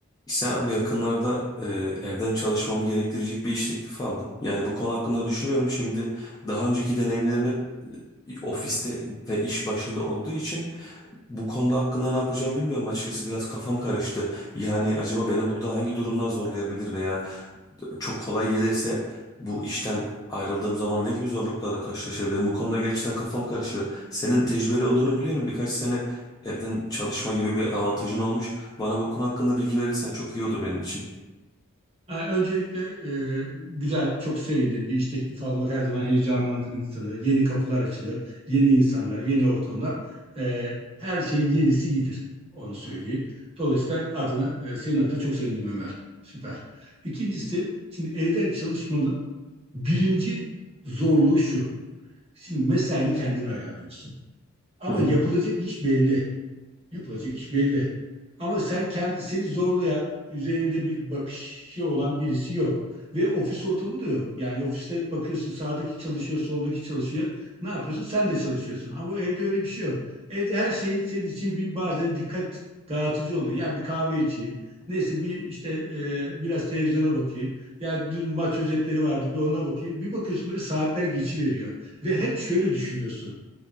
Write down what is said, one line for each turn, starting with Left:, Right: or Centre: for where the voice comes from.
Left: Sen abi yakınlarda e, evden çalışmamı gerektirecek bir iş teklifi aldım. Yani bu konu hakkında düşünüyorum. Şimdi daha önceki deneyimlerim hep e, ofiste ve iş başında olduğu için bu konuda hakkında ne yapacağım bilmiyorum açıkçası. Biraz kafam karıştı. Yani acaba beni burada hangi durumlar zorlayabilir veya çok kolay gelirse bu işten ayrıldığım zaman ne gibi zorluklarla karşılaşabilirim? Bu konuda gerçekten kafam karışıyor. Senin tecrübeli olduğunu biliyorum. Birkaç sene evden çalışma gibi bir avantajın olmuş. Bana bu konu hakkında bilgi verirsen çok iyi olur benim için.
Right: Ha, Öncelikle e, güzel, çok sevindim. Bir iş teklifi almak her zaman heyecanlandıran insanı. Yeni kapılar açılır, yeni insanlar, yeni ortamlar. E, her şeyin yenisi iyidir, onu söyleyeyim. Dolayısıyla adına, e, senin adına çok sevindim Ömer. Süper. İkincisi, şimdi evden çalışmanın birinci zorluğu şu. Şimdi mesaini kendin ayarlıyorsun. Ama
Left: Hı hı.
Right: yapılacak iş belli. Yapılacak iş belli. Ama sen kendisini zorlayan, üzerinde bir bakışı olan birisi yok. Ve ofis ortamı da yok. Yani ofiste bakıyorsun sağdaki çalışıyor, soldaki çalışıyor. Ne yapıyorsun? Sen de çalışıyorsun. Ama evde öyle bir şey yok. Evde her şey senin için bir bazen dikkat dağıtıcı oluyor. Ya bir kahve içeyim. Neyse bir işte e, biraz televizyona bakayım. Ya dün maç özetleri vardı bir ona bakayım. Bir bakıyorsun böyle saatler geçiveriyor. Ve hep şöyle düşünüyorsun.